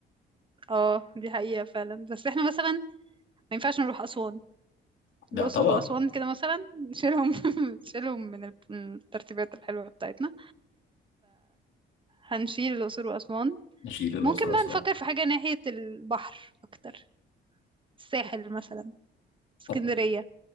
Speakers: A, on the right (about 25°); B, on the left (about 75°).
A: اه دي حقيقة فعلا بس احنا مثلا ما ينفعش نروح أسوان
B: لا
A: الأقصر
B: طبعا
A: وأسوان كده مثلا نشيلهم <laughs> نشيلهم من ال- من الترتيبات الحلوة بتاعتنا فهنشيل الأقصر وأسوان
B: نشيل الأقصر
A: ممكن
B: وأسوان
A: بقى نفكر في حاجة ناحية البحر أكتر الساحل مثلا اسكندرية
B: طب